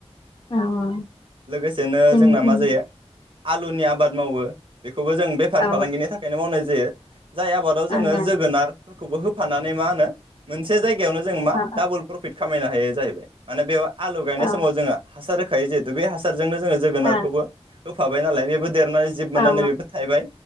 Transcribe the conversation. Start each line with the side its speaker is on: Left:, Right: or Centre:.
Left: औ औ
Right: लोगोसे नो
Left: जोंनिथिं
Right: जोंना मा जायो आलुनि आबाद मावो बे खौबो जों बेफार
Left: औ
Right: फालांगिनि थाखायनो मावनाय जायो। जाय आबादाव जोङो
Left: ओं
Right: जोगोनार फोरखौबो हो फाननानै मा होनो मोनसे जायगायावनो जों मा
Left: ओं औ
Right: डाबल प्रफिट खामायनो हायो जाहैबाय माने बेयाव आलु गायनाय
Left: औ ओं
Right: समाव जोङो हासार होखायो जेहेतु बे हासार। जोंनो जोङो जोगोनारखौबो
Left: औ
Right: होफाबाय नालाय बेबो देरनानै जिब मोननानै
Left: औ
Right: बेबो थायबाय